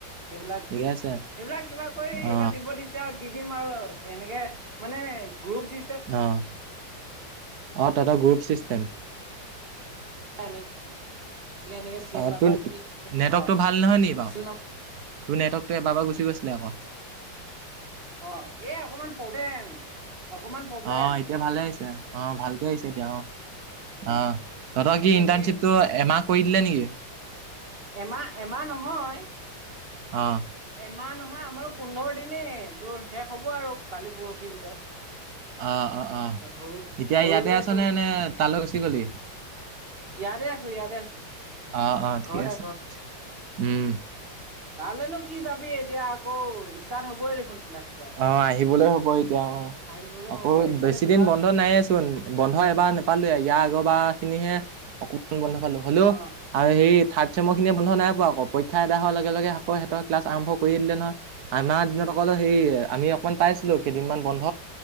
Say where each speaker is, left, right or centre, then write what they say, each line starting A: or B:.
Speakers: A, on the right; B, on the right.
A: সেইবিলাক,
B: ঠিকে আছে
A: সেইবিলাক কিবা কৰি
B: অ
A: এটা দিব দিছে। আও দি দিম আও এনেকে মানে গ্ৰুপ চি
B: অহ। অঁ তঁহতৰ গ্ৰুপ ছিষ্টেম।
A: এ <unintelligible> এনেকে এনেকে চিয়েল
B: অ
A: নাম্বাৰ
B: তোৰ
A: খিনি দিব
B: নেটৱৰ্কটো
A: অ'
B: ভাল নহয় নি বাৰু
A: চি
B: তোৰ নেটৱক টো এবাৰ বাৰ গুচি গৈছিলে আক'
A: অ' এ অকমান প্ৰব্লেম। অকমান প্ৰব্লেম
B: অঁ এতিয়া ভালে আহিছে, অঁহ ভালকে আহিছে এতিয়া অঁহ
A: অ
B: অঁ, তহঁতৰ
A: সেই
B: কি
A: তেনেকে
B: ইণ্টাৰণশ্বিপটো এমাহ কৰি দিলে নেকি?
A: এমাহ এমাহ নহয়।
B: অঁ।
A: এমাহ নহয় আমাৰো পোন্ধৰ দিনেই, তোৰ শেষ হ'ব আৰু কালি পৰহিৰ ভিতৰত।
B: অ' অ'
A: তাৰপিছত
B: অ'
A: সৰু
B: এতিয়া
A: সৰুকে
B: ইয়াতে আছনে
A: চব
B: নে তালৈ গুচি গলি?
A: ইয়াতে আছো ইয়াতে আছো।
B: অঁ অঁ ঠিক
A: ঘৰতে
B: আছে, উম।
A: তাৰলেনো কি যাবি এতিয়া আকৌ, ষ্টাৰ্ট হ'বই দেখোন। ক্লাছ বিলাক।
B: অঁ আহিবলৈ হ'ব এতিয়া অঁ,
A: আহিবলৈও
B: আকৌ
A: হ'ব সেইকাৰণে
B: বেছি
A: যোৱা
B: দিন বন্ধ নায়ে চোন। বন্ধ এবাৰ নাপালোয়ে ইয়াৰ আগৰ বাৰ খিনিহে অকমান বন্ধ পালো। হ'লেও
A: অ
B: আৰু সেই থাৰ্ড চেমৰ খিয়ে বন্ধ নাই পোৱা আক' পৰি ক্ষা এৰাই হোৱা লগে লগে আকৌ সেহঁত ক্লাচ আৰম্ভ কৰিয়ে দিলে নহয়। আমাৰ দিনত অকল অ হেৰি আমি অকমান পাইছিলো, কেইদিনমান বন্ধ।